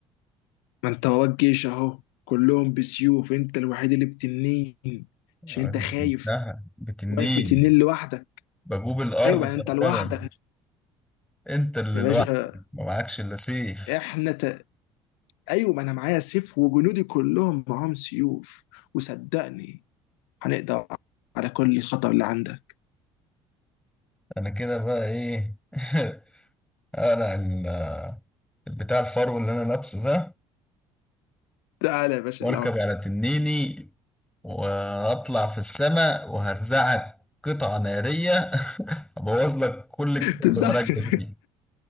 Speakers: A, on the left; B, in the centre.
A: ما انت وراك جيش اهو كلهم بسيوف انت الوحيد اللي بتنين
B: انت
A: عشان انت خايف
B: قلتها بتنين
A: واقف بتنين لوحدك
B: بجوب الأرض
A: ايوه بقى انت لوحدك
B: تمام انت اللي
A: يا
B: لوحدك
A: باشا
B: ما معكش الا سيف
A: احنا ت... ايوه ما انا معايا سيف وجنودي كلهم معاهم سيوف وصدقني هنقضي على كل الخطر اللي عندك
B: انا كده بقى ايه <laughs> انا ال- البتاع الفرو اللي انا لابسه ده
A: تعالى يا باشا
B: واركب
A: لا
B: على تنيني واطلع في السماء وهرزعك قطعة نارية <laughs> ابوظ لك كل جسم
A: تمسح
B: بمراكبك
A: <laughs>
B: دي